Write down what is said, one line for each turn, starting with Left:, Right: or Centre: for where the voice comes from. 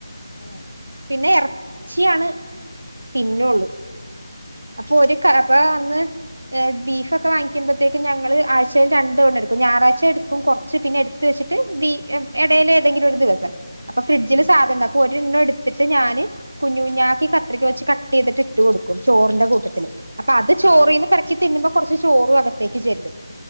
Left: ഉം
Right: പിന്നെ എർച്ചിയാണ് തിന്നൊള്ളൂ അപ്പൊ ഒരു കഴ പ്പയേ വന്ന് എ ബീഫ് ഒക്കെ വാങ്ങിക്കുമ്പ ത്തേക്കും ഞങ്ങൾ ആഴ്ചയിൽ രണ്ട് വണ എടുക്കും ഞായറാഴ്ച എടുക്കും കുറച്ച് പിന്നെ എടുത്ത് വെച്ചിട്ട് പി ഇടയില് ഏതെങ്കിലും ഒരു ദിവസം അപ്പ ഫ്രിഡ്ജ്ല്
Left: ഉം
Right: സാധനം അപ്പൊ ഓല് ഇന്ന് ഇട് ത്തിട്ട് ഞാന് കുഞ്ഞ് കുഞ്ഞാക്കി കത്രിക വെച്ച് കട്ടെയ്തിട്ട് ഇട്ട് കൊടുക്കും ചോറിന്റെ കൂട്ടത്തില് അപ്പ അത് ചോറിന്ന്
Left: ആഹ്
Right: പെറക്കി തിന്നുമ്പോ കൊറച്ച് ചോറും അക ത്തേക്ക് ചെല്ലും